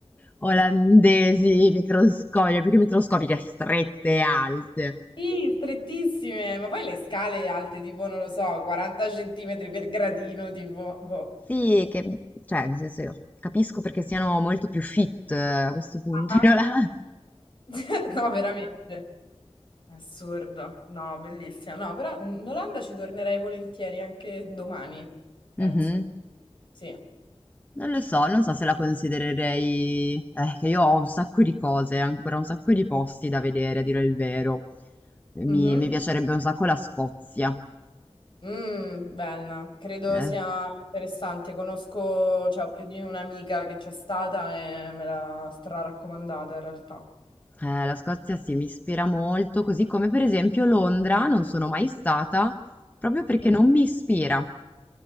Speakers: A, on the left; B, on the left.
A: olandesi microscopiche, più che microscopiche, strette e alte.
B: Sì, strettissime, ma poi le scale alte, tipo, non lo so, 40 centimetri per gradino, tipo, boh.
A: Sì, che, cioè, nel senso, io capisco perché siano molto più fit eh, a questo punto,
B: Ah.
A: <laughs> no? La-
B: <laughs> No, veramente. Assurdo. No, bellissima. No, però in Olanda ci tornerei volentieri anche domani, penso.
A: Mhm.
B: Sì.
A: Non lo so, non so se la considererei, eh, che io ho un sacco di cose, ancora un sacco di posti da vedere, a dire il vero. Mi,
B: Mhm.
A: mi piacerebbe un sacco la Scozia.
B: Mm, bella. Credo
A: Eh.
B: sia interessante. Conosco, cioè, ho più di un'amica che c'è stata e me l'ha stra-raccomandata in realtà.
A: Eh, la Scozia sì, mi ispira molto, così come per esempio Londra, non sono mai stata, proprio perché
B: Mhm.
A: non mi ispira.